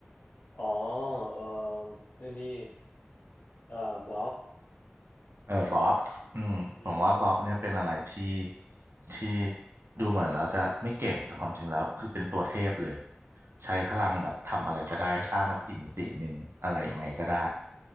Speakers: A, on the left; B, on the right.
A: อ๋อเออไอ้นี่เอ่อบ๊อบ
B: เออบ๊อบอืมผมว่าบ๊อบเนี่ยเป็นอะไรที่
A: อืม
B: ที่ดูเหมือนแล้วจะไม่เก่งแต่ความจริงแล้วคือเป็นตัวเทพเลยใช้พลังแบบทำอะไรก็ได้สร้างกับอีกมิติหนึ่งอะไรยังไงก็ได้